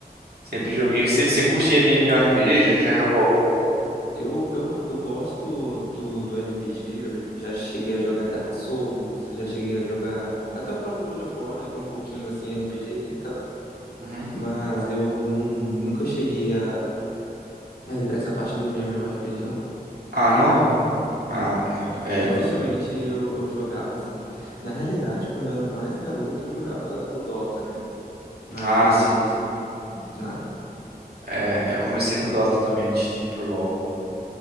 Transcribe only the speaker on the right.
sempre joguei. Você curte MMORPG? Já, já jogou algum?
Uhum.
Ah, não?
Ah, tá.
É,
eu...
Ah,
sim.
É, eu comecei no Dota também antes de ir pro LoL.